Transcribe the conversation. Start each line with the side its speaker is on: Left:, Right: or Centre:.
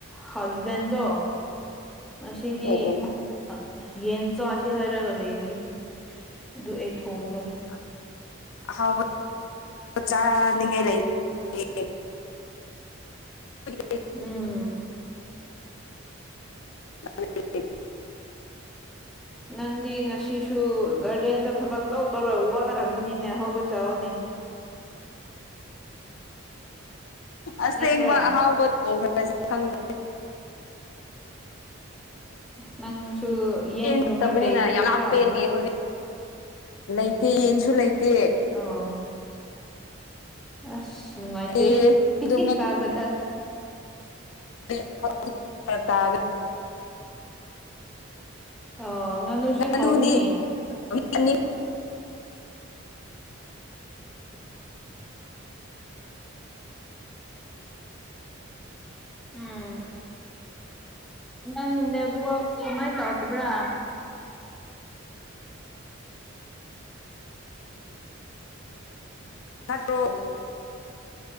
Centre: ꯍꯁꯕꯦꯟꯗꯣ ꯉꯁꯤꯗꯤ
Left: ꯑꯣ ꯑꯣ
Centre: ꯃ ꯌꯦꯟ ꯆꯥꯁꯤ ꯍꯥꯢꯔꯒ ꯂꯩꯔꯤꯌꯦ ꯑꯗꯨ ꯑꯩ ꯊꯣꯡꯔꯣꯢ
Left: ꯑ ꯑꯍꯥꯎꯕ ꯆꯥꯅꯤꯡꯉꯥꯢ ꯂꯩ ꯇꯦ
Centre: <inaudible>
Left: <unintelligible>
Centre: ꯎꯝ
Left: <unintelligible>
Centre: ꯅꯪꯗꯤ ꯉꯁꯤꯁꯨ ꯒꯥꯔꯗꯦꯟꯗ ꯊꯕꯛ ꯇꯧ ꯇꯧꯔ ꯋꯥꯔꯝꯒꯅꯤꯅꯦ ꯍꯧꯕ ꯆꯥꯎꯅꯦ
Left: ꯑꯁꯦꯡꯕ
Centre: ꯅꯠꯇ꯭ꯔꯣ
Left: ꯑꯍꯥꯎꯕ ꯊꯣꯡ ꯈꯔꯁꯤ ꯈꯪꯗꯦ
Centre: ꯅꯪꯁꯨ ꯌꯦꯟꯒꯨꯝꯕ
Left: ꯌꯦꯟ ꯅꯠꯇꯕꯅꯤꯅ
Centre: ꯂꯩꯇꯦꯀꯣ
Left: ꯌꯥꯝ ꯂꯥꯞꯄꯦ ꯑꯗꯨꯒꯤ ꯍꯧꯖꯤꯛ ꯂꯩꯇꯦ ꯌꯦꯟꯁꯨ ꯂꯩꯇꯦ
Centre: ꯑꯣ ꯑꯁ ꯅꯨꯡꯉꯥꯢꯇꯦ
Left: ꯑꯦ ꯑꯗꯨ
Centre: ꯇꯥꯕꯗ
Left: ꯑꯩ ꯍꯎꯝ ꯐꯔꯛꯇꯔꯒ
Centre: ꯑꯣ ꯉꯥꯅꯨꯁꯤ
Left: ꯉꯥꯅꯨꯗꯤ
Centre: ꯍꯥꯎꯕꯅꯦ
Left: ꯑꯅꯤ
Centre: <unintelligible> ꯎꯝ ꯅꯪ ꯅꯦꯠꯇꯨꯋꯥꯛꯁ ꯀꯃꯥꯢꯟ ꯇꯧꯕ꯭ꯔꯥ
Left: ꯅꯠꯇ꯭ꯔꯣ